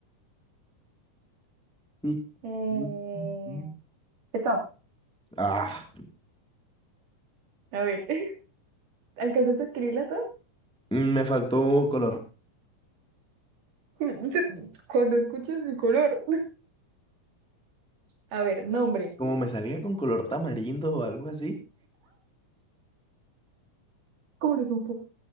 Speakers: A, in the centre; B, on the right.
A: Mm,
B: eh,
A: mm, mm.
B: stop.
A: Ah,
B: A ver, <laughs> ¿alcanzaste a escribirla todas?
A: mm, me faltó color.
B: <laughs> Cuando escuches mi color. A ver, nombre.
A: Como me salía con color tamarindo o algo así.
B: ¿Cómo lo supo?